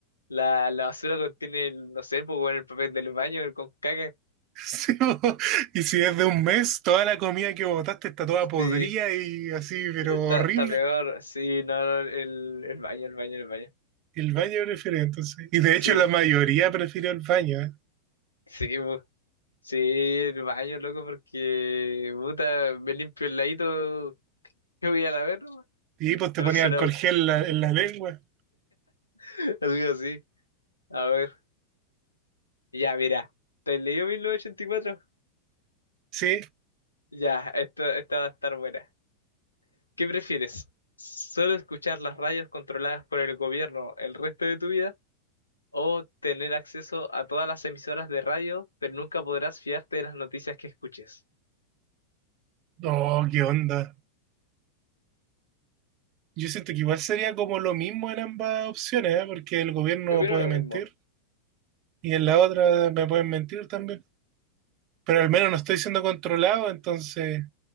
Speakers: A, on the left; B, on the right.
A: La, la basura contiene, el, no sé, pues, bueno, el papel del baño el con caca.
B: Sí, po. Y si es de un mes, toda la comida que botaste está toda podrida
A: Sí,
B: y así, pero
A: está,
B: horrible.
A: está peor. Sí, no, no, el, el baño, el baño, el baño.
B: El baño preferido, entonces. Y de hecho
A: Sí,
B: la mayoría prefirió el baño, ¿eh?
A: sí, pues. Sí, el baño, loco, porque, puta, me limpio el ladito <laughs> que voy a la ver, nomás.
B: Y ahí, pues te
A: Le
B: ponía
A: paso
B: alcohol
A: la- basura,
B: gel en la, en la lengua.
A: güey. <laughs> Algo así. A ver. Ya, mira. ¿Te has leído 1984?
B: Sí.
A: Ya, esta, esta va a estar buena. ¿Qué prefieres? ¿Solo escuchar las radios controladas por el gobierno el resto de tu vida? ¿O tener acceso a todas las emisoras de radio, pero nunca podrás fiarte de las noticias que escuches?
B: Oh, qué onda. Yo siento que igual sería como lo mismo en ambas opciones, ¿eh? Porque el gobierno
A: Yo opino
B: puede
A: lo
B: mentir.
A: mismo.
B: Y en la otra me pueden mentir también, pero al menos no estoy siendo controlado, entonces